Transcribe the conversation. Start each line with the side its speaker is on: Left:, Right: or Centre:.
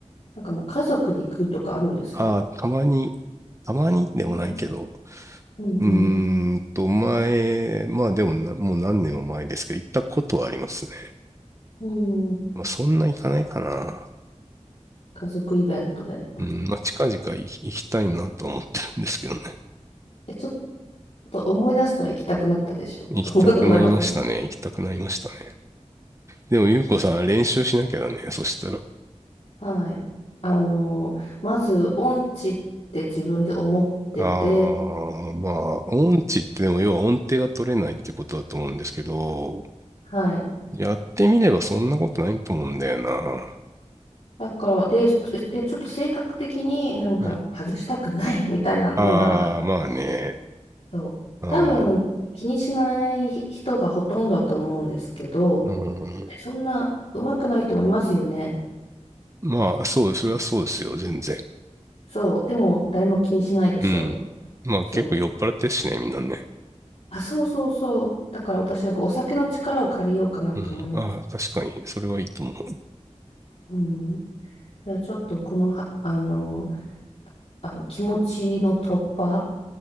Left: なんかもう家族で行くとかあるんですか
Right: あー、たまに、たまにでもないけど、
Left: えーうんう
Right: うーんと、前、まあでもな、もう何年も前ですけど、行ったことはありますね。
Left: ん。うん。
Right: まあそんな行かないかな。
Left: 家族イベントで。
Right: うん、まあ近々い行きたいなとは思ってるんですけどね。
Left: え、ちょっと思い出したら行きたくなったでしょと思
Right: 行きたくなりましたね。
Left: <laughs> 思いますね。
Right: 行きたくなりましたね。でも、ゆうこさん、練習しなきゃだね。そしたら。
Left: はい。あの、まず、音痴って自分で思ってて、
Right: ああ、まあ、音痴ってでも、要は音程が取れないってことだと思うんですけど、
Left: はい。
Right: やってみればそんなことないと思うんだよな。
Left: だから、で、そしてちょっと性格的になんか外したくないみたいなのがあっ
Right: はい。ああ、まあね。
Left: て、そう、
Right: あ
Left: 多分気にしない人がほとんどだと思うんですけど、
Right: あ、うん。
Left: でそんな上手くない人もいますよね。
Right: まあ、そうです。それはそうですよ。全然。
Left: そう、でも誰も気にしないでしょ。
Right: うん。まあ、
Left: そう。
Right: 結構酔っ払ってるしね、みんなね。
Left: あ、そうそうそう。だから私はこうお酒の力を借りようかなと思いました。
Right: うん。ああ、確かに。それはいいと思う。
Left: うん。じゃあちょっとこのは、あの、あの気持ちの突破